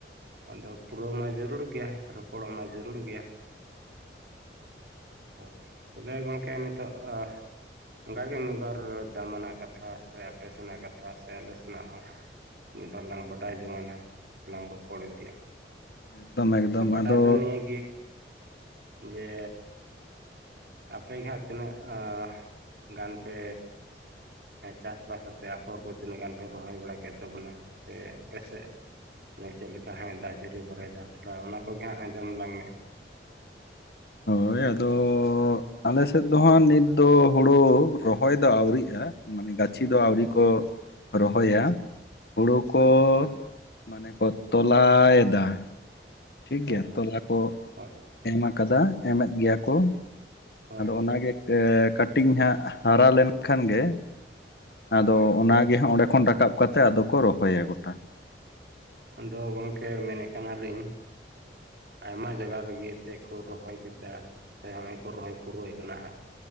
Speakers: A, on the right; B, on the left.
A: ᱟᱫᱚ ᱯᱩᱨᱟᱹᱣ ᱢᱟ ᱡᱟᱹᱨᱩᱲ ᱜᱮᱭᱟ, ᱨᱚᱯᱚᱲᱚᱜ ᱢᱟ ᱡᱟᱹᱨᱩᱲ ᱜᱮᱭᱟ᱾ ᱛᱚ᱾ ᱛᱚᱵᱮ ᱜᱚᱝᱠᱮ ᱱᱤᱛᱚᱜ ᱚᱦ ᱚᱱᱠᱟᱜᱮ ᱢᱤᱫ ᱵᱟᱨ ᱫᱟᱢᱟᱱᱟᱜ ᱠᱟᱛᱷᱟ ᱥᱮ ᱟᱯᱮ ᱥᱮᱱᱟᱜ ᱠᱟᱛᱷᱟ ᱥᱮ ᱟᱞᱮ ᱥᱮᱱᱟᱜ ᱦᱚᱸ᱾ ᱢᱤᱫ ᱵᱟᱨ ᱞᱟᱝ ᱵᱟᱰᱟᱭ ᱡᱚᱝᱟᱱᱟ ᱥᱮ ᱞᱟᱝ ᱨᱚᱯᱚᱲ ᱤᱫᱤᱭᱟ?
B: ᱮᱠᱫᱚᱢ ᱮᱠᱫᱚᱢ
A: ᱵᱟᱰᱟᱭ
B: ᱟᱫᱚ
A: ᱫᱚ ᱱᱤᱭᱟᱹ ᱜᱮ᱾ ᱡᱮ ᱟᱯᱮᱜ ᱜᱮ ᱦᱟᱸᱜ ᱛᱤᱱᱟᱹᱜ ᱟᱦ ᱜᱟᱱ ᱯᱮ ᱪᱟᱥᱵᱟᱥ ᱟᱛᱮ ᱟᱯᱚᱨ ᱠᱚ ᱛᱤᱱᱟᱹᱜ ᱜᱟᱱ ᱯᱮ ᱨᱚᱦᱚᱭ ᱵᱟᱲᱟ ᱠᱮᱫ ᱛᱟᱵᱚᱱᱟ ᱥᱮ ᱟᱯᱮᱥᱮᱫ ᱚᱱᱮ ᱪᱮᱫ ᱞᱮᱠᱟ ᱦᱟᱸᱜ ᱫᱟᱜ ᱡᱟᱹᱲᱤ ᱵᱚᱨᱟᱭᱮᱫᱟ ᱛᱷᱚᱲᱟ ᱚᱱᱟ ᱠᱚᱜᱮ ᱦᱟᱸᱜ ᱟᱸᱡᱚᱢ ᱞᱟᱝ ᱢᱮ?
B: ᱦᱳᱭ ᱟᱫᱚ ᱟᱞᱮᱥᱮᱫ ᱫᱚ ᱦᱟᱸᱜ ᱱᱤᱛ ᱫᱚ ᱦᱩᱲᱩ ᱨᱚᱦᱚᱭ ᱫᱚ ᱟᱹᱣᱨᱤᱜᱼᱟ᱾ ᱢᱟᱱᱮ ᱜᱟᱪᱷᱤ ᱫᱚ ᱟᱹᱣᱨᱤ ᱠᱚ ᱨᱚᱦᱚᱭᱟ᱾ ᱦᱳᱲᱳ‌ ᱠᱚ
A: ᱦᱳᱭ
B: ᱢᱟᱱᱮ ᱠᱚ ᱛᱚᱞᱟᱭ ᱫᱟ᱾ ᱴᱷᱤᱠ
A: ᱦᱳᱭ
B: ᱜᱮᱭᱟ ᱛᱚᱞᱟ ᱠᱚ
A: ᱦᱳᱭ
B: ᱮᱢ ᱟᱠᱟᱫᱟ ᱮᱢᱮᱫ ᱜᱮᱭᱟ ᱠᱚ᱾
A: ᱦᱳᱭ
B: ᱟᱫᱚ ᱚᱱᱟᱜᱮ ᱠᱟᱹᱴᱤᱝ ᱦᱟᱸᱜ ᱦᱟᱨᱟ ᱞᱮᱱᱠᱷᱟᱱ ᱜᱮ ᱟᱫᱚ
A: ᱦᱳᱭ
B: ᱚᱱᱟᱜᱮ ᱦᱟᱸᱜ ᱚᱸᱰᱮ ᱠᱷᱚᱱ ᱨᱟᱠᱟᱵ ᱠᱟᱛᱮᱜ ᱟᱫᱚ ᱠᱚ ᱨᱚᱦᱚᱭᱟ ᱜᱚᱴᱟ᱾
A: ᱟᱫᱚ ᱜᱚᱝᱠᱮ ᱢᱮᱱᱮᱫ ᱠᱟᱱᱟᱞᱤᱧ ᱟᱭᱢᱟ ᱡᱟᱜᱟ ᱨᱮᱜᱮ ᱮᱛᱮ ᱠᱚ ᱨᱚᱦᱚᱭ ᱠᱮᱫᱟ ᱥᱮ ᱦᱚᱸᱜᱼᱚᱭ ᱠᱚ ᱨᱚᱦᱚᱭ ᱯᱩᱨᱟᱹᱣᱮᱫ ᱠᱟᱱᱟ ᱦᱟᱸᱜ᱾